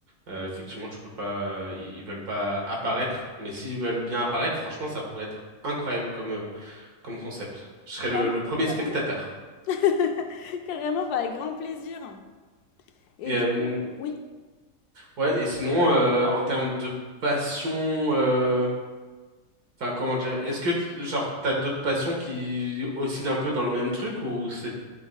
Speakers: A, on the right; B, on the left.
A: euh, effectivement, tu peux pas... euh, Ils ils veulent pas apparaître. Mais s'ils veulent bien apparaître, franchement, ça pourrait être incroyable comme, euh, comme concept. Je serais
B: Bah
A: le
B: non,
A: le premier
B: carrément.
A: spectateur.
B: <laughs> carrément, bah, avec grand plaisir. Et
A: <laughs> Et,
B: du
A: euh,
B: coup, oui.
A: Ouais, et sinon, euh, en termes de passion, euh, enfin, comment dire, est-ce que, t- genre, t'as d'autres passions qui oscillent un peu dans le même truc ou c'est